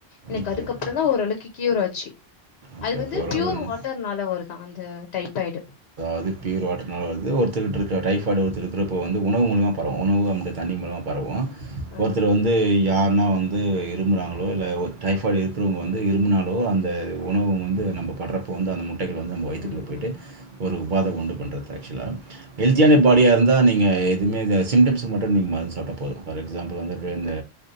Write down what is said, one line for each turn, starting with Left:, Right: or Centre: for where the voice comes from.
Left: எனக்கு
Right: ஓகே,
Left: அதுக்கப்ற
Right: ஓகே.
Left: றந்தா ஓரளவுக்கு கியூர் ஆச்சு
Right: ஓகே,
Left: அது வந்து
Right: ஓகே. ஒரு
Left: பியூர் வாட்டர்னால வருது தா அந்த டைப்பாய்டு
Right: அது பியூர் வாட்டர்னால வருது ஒருத்தருட்ருக்கிற டைஃபாய்டு ஒருத்தருக்கிறப்போ வந்து உணவு மூலியமா பரவு உணவு நம்முடைய தண்ணி மூலியமா பரவு
Left: ஆ
Right: ஒருத்தர் வந்து யார் னா வந்து இரும்முறாங்களோ இல்ல ஒரு டைபாய்ட் இருக்குறவ்ங்க வந்து இரும்முனாலோ அந்த உணவ வந்து நம்ப பட்றப்போ வந்து அந்த முட்டைகள் வந்து நம்ம வயித்துக்குள்ள
Left: ம்
Right: போயிட்டு ஒரு உபாதை உண்டு பண்றது ஆக்சுவ்லா ஹல்தியான பாடியா இருந்தா நீங்க எதுமேதா சிம்டம்ஸுக்கு மட்டு மருந்து சாப் டா போது ஃபார் எக்ஸாம்பிள் வந்துட்டு இந்த